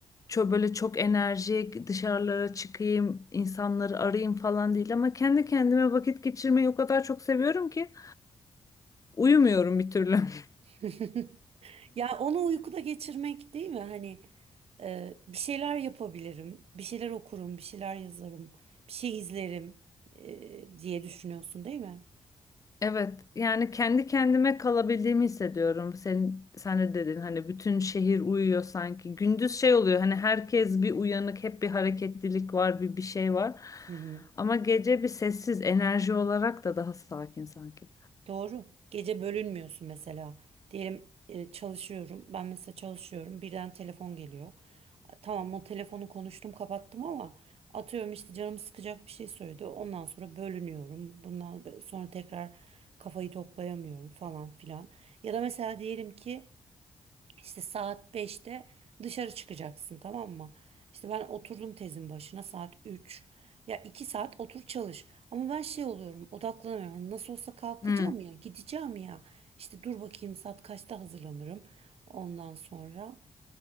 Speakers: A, on the left (about 30°); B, on the right (about 70°).
A: çok böyle çok enerjik dışarılara çıkayım, insanları arayayım falan değil ama kendi kendime vakit geçirmeyi o kadar çok seviyorum ki Uyumuyorum bir türlü. <laughs>
B: <laughs> Ya onu uykuda geçirmek değil mi? Hani e, bir şeyler yapabilirim, bir şeyler okurum, bir şeyler yazarım, bir şey izlerim e, diye düşünüyorsun değil mi?
A: Evet, yani kendi kendime kalabildiğimi hissediyorum. Sen, sen de dedin hani bütün şehir uyuyor sanki. Gündüz şey oluyor hani herkes bir uyanık, hep bir hareketlilik var, bir bir şey var.
B: Hı hı.
A: Ama gece bir sessiz enerji olarak da daha sakin sanki.
B: Doğru. Gece bölünmüyorsun mesela. Diyelim e, çalışıyorum. Ben mesela çalışıyorum. Birden telefon geliyor. Tamam o telefonu konuştum kapattım ama atıyorum işte canım sıkacak bir şey söyledi. Ondan sonra bölünüyorum. Bundan sonra tekrar kafayı toplayamıyorum falan filan. Ya da mesela diyelim ki işte saat beşte dışarı çıkacaksın tamam mı? İşte ben oturdum tezin başına saat üç Ya iki saat otur çalış. Ama ben şey oluyorum odaklanamıyorum. Yani nasıl olsa kalkacağım
A: Hmm.
B: ya gideceğim ya. İşte dur bakayım saat kaçta hazırlanırım ondan sonra.